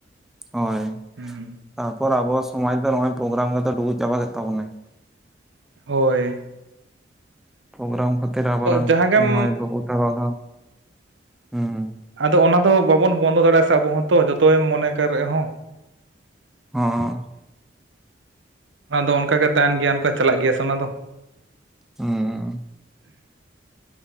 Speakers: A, in the centre; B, on the right.
A: ᱦᱳᱭ
B: ᱦᱩᱸ
A: ᱛᱟᱯᱚᱨ ᱟᱵᱚ ᱥᱚᱢᱟᱡ ᱫᱚ ᱱᱚᱜᱚᱭ ᱯᱨᱳᱜᱨᱟᱢ ᱜᱮᱫᱚ ᱰᱩᱵᱩᱡ ᱪᱟᱵᱟ ᱠᱮᱫ ᱛᱟᱵᱚᱱᱟᱭ ᱾
B: ᱦᱚᱭ
A: ᱯᱨᱳᱜᱽᱨᱟᱢ ᱠᱷᱟᱹᱛᱤᱨ ᱟᱵᱚ ᱨᱮᱱ
B: ᱡᱟᱦᱟᱸ ᱜᱮᱢ
A: ᱢᱟᱹᱭ ᱵᱹᱵᱩ ᱛᱮᱠᱚ ᱫᱚ ᱦᱩᱸ
B: ᱟᱫᱚ ᱚᱱᱟ ᱫᱚ ᱵᱟᱵᱚᱱ ᱵᱚᱱᱫᱚ ᱫᱟᱲᱮᱭᱟᱜᱼᱟ ᱥᱮ ᱟᱵᱚ ᱦᱚᱸᱛᱚ ᱡᱚᱛᱚᱭᱮᱢ ᱢᱚᱱᱮ ᱠᱮ ᱨᱮᱦᱚᱸ ᱾
A: ᱦᱚᱸ
B: ᱚᱱᱟ ᱫᱚ ᱚᱱᱠᱟ ᱜᱮ ᱛᱟᱦᱮᱱ ᱜᱮᱭᱟ ᱚᱱᱠᱟ ᱪᱟᱞᱟᱜ ᱜᱮᱭᱟ ᱥᱮ ᱚᱱᱟ ᱫᱚ
A: ᱦᱩᱸ